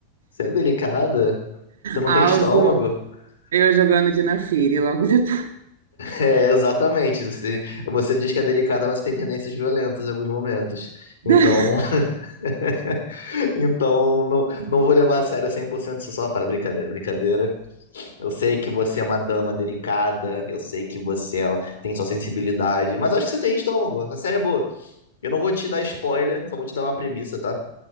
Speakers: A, on the left (about 70°); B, on the right (about 60°).
A: Você é delicada? Você não
B: Alzo,
A: tem estômago? <laughs>
B: eu jogando Dina Fire logo depois.
A: É, exatamente. Você, você diz que é delicada, mas você tem tendências violentas em alguns momentos.
B: <laughs>
A: Então, <laughs> então não, não vou levar a sério 100% isso só. Fala, brincadeira, brincadeira. Eu sei que você é uma dama delicada, eu sei que você é- tem sua sensibilidade, mas acho que você tem estômago. A série é boa. Eu não vou te dar spoiler, só vou te dar uma premissa, tá?